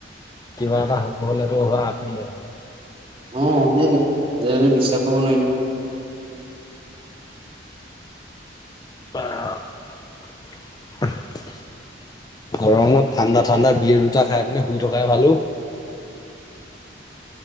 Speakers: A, on the left; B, on the right.
A: কিবা এটা হ'ব হলেতো হোৱা আতিলে আৰু
B: অ অ সেইটোৱে আজিকালি বিশ্বাস কৰিব নোৱাৰি
A: অ গৰমত ঠাণ্ডা ঠাণ্ডা বিয়েৰ দুটা খাই পিনে শুই থকাই ভালো